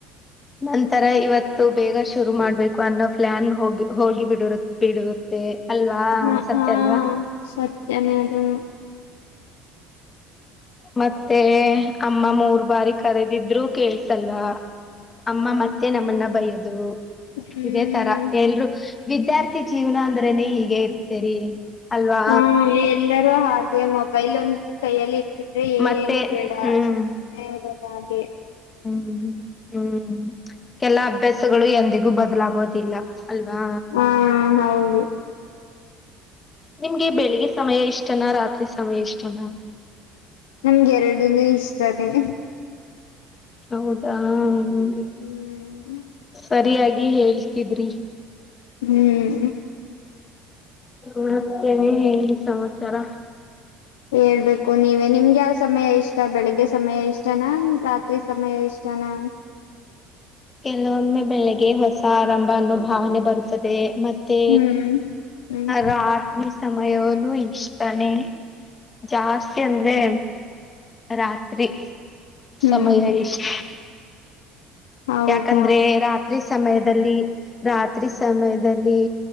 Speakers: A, on the left (about 30°); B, on the left (about 85°).
A: ನಂತರ ಇವತ್ತು ಬೇಗ ಶುರು ಮಾಡ್ಬೇಕು ಒಂದ್ ಪ್ಲಾನ್ ಹೋಗಿ ಹೋಗಿ ಬಿಡರುತ್ತೆ ಬಿಡುರತ್ತೆ. ಅಲ್ವಾ
B: ಹಾ
A: ಸತ್ಯ
B: ಹಾ
A: ಅಲ್ವಾ
B: ಸತ್ಯನೇ ಅ--.
A: ಮತ್ತೆ ಅಮ್ಮ ಮೂರ್ ಬಾರಿ ಕರೆದಿದ್ರು ಕೇಳ್ಸಲ್ವಾ. ಅಮ್ಮ ಮತ್ತೆ ನಮ್ಮನ್ನ ಬಯಲಿ. ಅ
B: ಹ್ಮ್
A: ಇದೇ ತರ ಎಲ್ರು ವಿದ್ಯಾರ್ಥಿ ಜೀವನ ಆದ್ರನೆ ಹೀಗೆ ಇರ್ತೇರಿ. ಅಲ್ವಾ
B: ಹಾ ಎಲ್ಲರೂ ಹಾಗೆ--. ದೇ ಮೊಬೈಲ್ ಒಂದು ಕೈಯಲ್ಲಿ--. ಇದ್ರೆ
A: ಮತ್ತೆ
B: ಏನು ಬೇಡ
A: ಹ್ಮ್
B: ಸುಮ್ಮನೆ <unintelligible>
A: ಹುಂ. ಹ್ಮ್ ಎಲ್ಲಾ ಅಭ್ಯಾಸ--. ತಗೋಳಿ ಎಂದಿಗೂ ಬದಲಾಗೋದಿಲ್ಲ. ಅಲ್ವಾ
B: ಹಾ ಹೌದು
A: ನಿಮ್ಗೆ ಬೆಳಿಗ್ಗೆ ಸಮಯ ಇಷ್ಟನಾ ರಾತ್ರಿ ಸಮಯ ಇಷ್ಟನಾ.
B: ನಮ್ಗೆ ಎರಡನೇ ಇಷ್ಟ. ಹ್ಮ
A: ಹೌದಾ <unintelligible>
B: ಹ್ಮ್
A: ಸರಿಯಾಗಿ ಹೇಳ್ತಿದ್ರಿ.
B: ಹ್ಮ್್ಮ
A: ನಡತೇನೆ ಹೇಳಿ ಸಮಾಚಾರ
B: ಹೇಳ್ಬೇಕು ಹಾಕ್ಕ ನೀವೆ ನಿಮ್ಗೆ ಯಾವ ಸಮಯ ಇಷ್ಟ ಬೆಳಿಗ್ಗೆ ಸಮಯ ಇಷ್ಟನಾ ರಾತ್ರಿ ಸಮಯ ಇಷ್ಟನಾ
A: ಕೆಲವೊಮ್ಮೆ ಬೆಳೆಗೆ ಹೊಸ ಆರಂಭ ಅನ್ನೋ ಭಾವನೆ ಬರುತ್ತದೆ ಮತ್ತೆ
B: ಹ್ಮ್ ಹ್ಮ್
A: ರಾತ್ ಸಮಯನು ಇಷ್ಟತಾನೆ ಜಾಸ್ತಿ
B: ಹ್ಮ್
A: ಅಂದ್ರೆ ರಾತ್ರಿ
B: ಹ್ಮ್
A: ಸಮಯ
B: ಹ್ಮ್
A: ಇಷ್ಟ
B: ಹೌದಾ
A: ಯಾಕಂದ್ರೆ ರಾತ್ರಿ ಸಮಯದಲ್ಲಿ ರಾತ್ರಿ ಸಮಯದಲ್ಲಿ